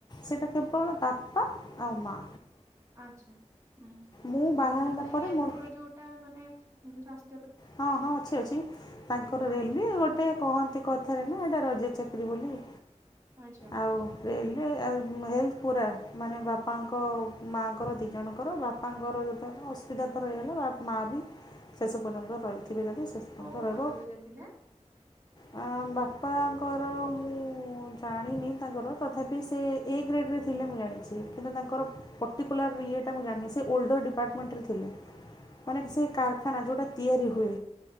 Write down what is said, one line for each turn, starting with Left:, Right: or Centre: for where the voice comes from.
Left: ସେଟା କେବଳ ବାପା ଆଉ ମା।
Right: ଆଛା ହ
Left: ମୁଁ ବାହା
Right: ଆଉ
Left: ହେଲା
Right: ତାଙ୍କ
Left: ପରେ
Right: ହେଲ୍ଥ
Left: ମୋର
Right: ର ଯୋଉଟା ମାନେ ସସ୍ଥ
Left: ହଁ ହଁ ଅଛି ଅଛି ତାଙ୍କର
Right: ହଁ
Left: ରେଲୱେ ଗୋଟେ କହନ୍ତି କଥାରେ ନା ଏଇଟା ରଜ ଚାକିରରି ବୋଲି।
Right: ଆଚ୍ଛା।
Left: ଆଉ ରେଲୱେ ଆ ଏ। ପୁରା ମାନେ ବାପାଙ୍କ ମାଆଙ୍କର ଦି ଜଣଙ୍କର ବାପାଙ୍କର ଯଦ ଅସୁବିଧାର ହେଇ ମା ବି ଶେଷ ପର୍ଯ୍ୟନ୍ତ ଥିବେ ଯଦି ଶେଷ ପର୍ଯ୍ୟନ୍ତ
Right: କୋଉ
Left: ରହିବ
Right: ପଦବୀରେ ଥିଲେ?
Left: ଆ ବାପାଙ୍କର ମୁଁ ଜାଣିନି ତାଙ୍କର ତଥାପି ସେ ଏ ଗ୍ରେଡ଼୍ରେ ଥିଲେ ମୁଁ ଜାଣିଛି, କିନ୍ତୁ ତାଙ୍କର ପର୍ଟିକୁଲାର ଇଟା ମୁଁ ଜାଣିନି ସେ ଓଲ୍ଡର ଡିପାର୍ଟମେଣ୍ଟରେ ଥିଲେ। ଅନେକ ସେଇ କାରଖାନା
Right: ଆ
Left: ଯୋଉଟା ତିଆରି ହୁଏ।